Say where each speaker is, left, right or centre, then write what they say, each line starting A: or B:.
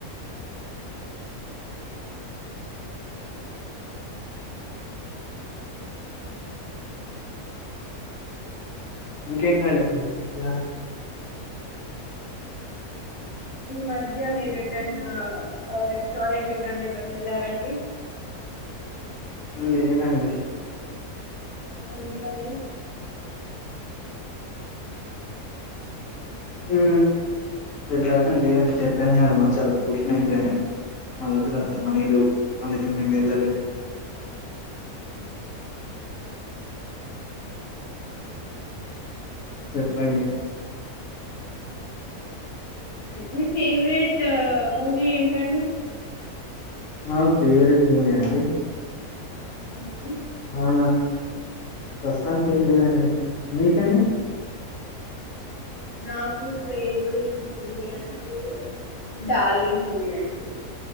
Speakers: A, on the left (about 65°); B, on the left (about 40°).
A: ఇంకేంటండి వీకెండ్ ప్లాను
B: ఈ మధ్య మీరేటైన రెస్టారెంట్ కానీ ఎటైనా వెళ్లారండి
A: లేదండి
B: ఎందుకండి
A: ఊ వెళ్లాలి అండి అని చెప్పాను కద మాది చాలా పూర్ ఫ్యామిలి మా దగ్గర అంత మనీ లేవు అందుకే మేము వెళ్ళలేం
B: ఓకే
A: చెప్పండి
B: మీ ఫేవరెట్ మూవీ ఏంటండి
A: నా ఫేవరెట్ మూవీ అ అండి
B: హా
A: ఆ ప్రస్తుతానికి ఏమి లేదండి మీకండి
B: నాకు ఫేవరెట్ మూవీ అంటే డార్లింగ్ మూవీ అండి